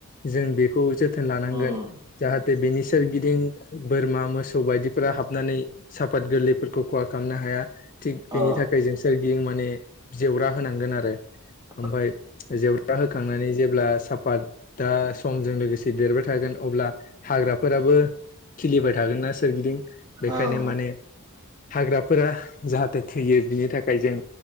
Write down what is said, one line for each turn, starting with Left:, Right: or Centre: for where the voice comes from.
Left: जों बेखौ जो थोन लानांगोन
Right: उम
Left: जाहा थे बेनि सोरगिदिं बोरमा मोसौ बायदिफोरा हाबनानै साफात गोरलैफोरखौ खहा खालामनो हाया थिग बेनि
Right: अ
Left: थाखाय जों सोरगिदिं माने जेवरा होनांगोन आरो।
Right: <inaudible>
Left: ओमफ्राय जेवरा होखांनानै जेब्ला साफातदा समजों लोगोसे देरबाय थागोन अ ब्ला हाग्राफोराबो खिलिबाय थागोन ना सोरगिदिं बेखायनो
Right: ओं
Left: माने हाग्राफोरा जाहाथे थैयो बिनि थाखाय जों